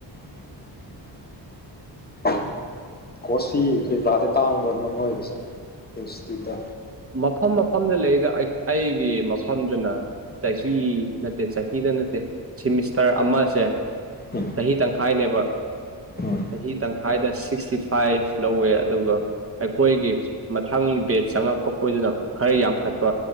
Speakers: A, on the left; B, on the right.
A: <unintelligible> ꯀꯣꯔꯣꯁꯁꯤ ꯀꯔꯤ ꯀꯔꯥꯗꯤ ꯇꯥꯡꯕ꯭ꯔꯅꯣ ꯅꯣꯏꯒꯤꯁꯦ ꯏꯟꯁꯇꯤꯇ꯭ꯌꯨꯠꯇ
B: ꯃꯐꯝ ꯃꯐꯝꯗ ꯂꯩꯔꯤꯗ ꯑꯩꯒꯤ ꯃꯐꯝꯗꯨꯅ ꯆꯍꯤ ꯅꯠꯇꯦ ꯆꯍꯤꯗ ꯅꯠꯇꯦ ꯁꯤꯃꯤꯁꯇꯔ ꯑꯃꯁꯦ
A: ꯎꯝ
B: ꯆꯍꯤ ꯇꯪꯈꯥꯏꯅꯦꯕ
A: ꯎꯝ
B: ꯆꯍꯤ ꯇꯪꯈꯥꯏꯗ ꯁꯤꯛꯁꯇꯤ ꯐꯥꯏꯚ ꯂꯧꯋꯦ ꯑꯗꯨꯒ ꯑꯩꯈꯣꯏꯒꯤ ꯃꯊꯪ ꯕꯦꯗ ꯆꯪꯉꯛꯄ ꯀꯗꯨꯅ ꯈꯔ ꯌꯥꯝꯈꯠꯄ